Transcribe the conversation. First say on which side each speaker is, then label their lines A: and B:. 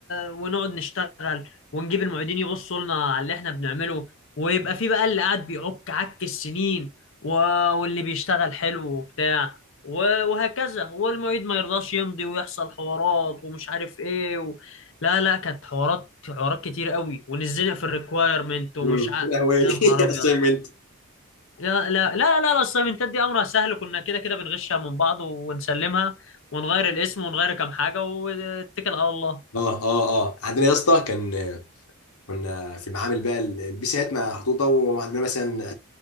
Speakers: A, on the left (about 60°); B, on the left (about 75°).
A: ونقعد نشتغل ونجيب المعيدين يبصوا لنا على اللي احنا بنعمله ويبقى في بقى اللي قاعد بيعك عك السنين و... واللي بيشتغل حلو وبتاع و- وهكذا والمعيد ما يرضاش يمضي ويحصل حوارات ومش عارف ايه و... لا لا كانت حوارات حوارات كتير قوي ونزلنا في الريكوايرمنت ومش
B: امم
A: ع...
B: يا لهوي <laughs>
A: يا نهار ابيض
B: اسايمنت
A: يا لا لا لا الاسايمنتات دي امرها سهل كنا كده كده بنغشها من بعض ونسلمها ونغير الاسم ونغير كام حاجة واتكل على الله
B: اه اه اه عندنا يا اسطى كان كنا في المعامل بقى ال- البيسات محطوطه وعندنا مثلا آه،